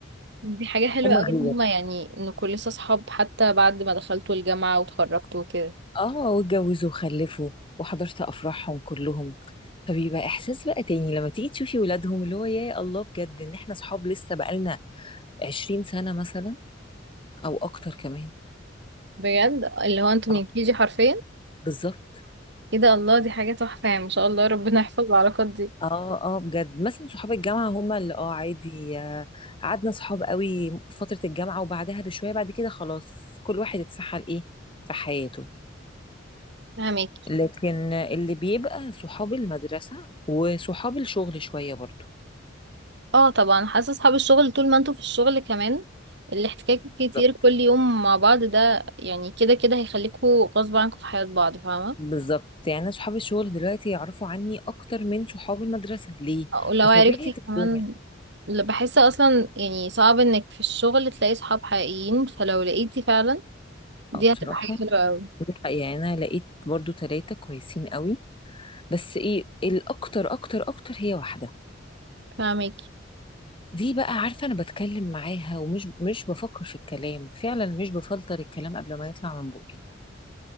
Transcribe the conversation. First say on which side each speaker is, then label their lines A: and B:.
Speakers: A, on the right; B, on the left.
A: دي حاجة حلوة
B: هم
A: قوي
B: غير
A: ان هما يعني ان كل لسه صحاب حتى بعد ما دخلتوا الجامعة وتخرجتوا وكده
B: اه واتجوزوا وخلفوا وحضرت افراحهم كلهم فبيبقى احساس بقى تاني لما تيجي تشوفي ولادهم اللي هو يا الله بجد ان احنا صحاب لسه بقالنا 20 سنة مثلا او اكتر كمان
A: بجد اللي هو انتوا
B: اه
A: من كيجي حرفيا
B: بالظبط
A: ايه ده الله دي حاجة تحفة يعني ما شاء الله ربنا يحفظ العلاقات دي
B: اه اه بجد مثلا صحاب الجامعة هما اللي اه عادي آه، قعدنا صحاب قوي فترة الجامعة وبعدها بشوية بعد كده خلاص كل واحد اتسحل ايه في حياته
A: فهماكي
B: لكن اللي بيبقى صحاب المدرسة وصحاب الشغل شوية برضو
A: اه طبعا حاسة اصحاب الشغل طول ما انتوا في الشغل كمان الاحتكاك كتير
B: بالظبط.
A: كل يوم مع بعض ده يعني كده كده هيخليكوا غصب عنكم في حياة بعض فاهمة
B: بالظبط يعني انا صحابي الشغل دلوقتي يعرفوا عني اكتر من صحاب المدرسه ليه
A: ولو
B: بطبيعه
A: عرفتي كمان
B: الدنيا
A: ل- بحس اصلا يعني صعب انك في الشغل تلاقي صحاب حقيقيين فلو لقيتي فعلا دي
B: اه بصراحه
A: هتبقى حاجة حلوة قوي
B: دي حقيقة. يعني انا لقيت برضو ثلاثه كويسين قوي بس ايه الاكتر اكتر اكتر هي واحده
A: فهماكي
B: دي بقى عارفه انا بتكلم معاها ومش مش بفكر في الكلام فعلا مش بفلتر الكلام قبل ما يطلع من بقي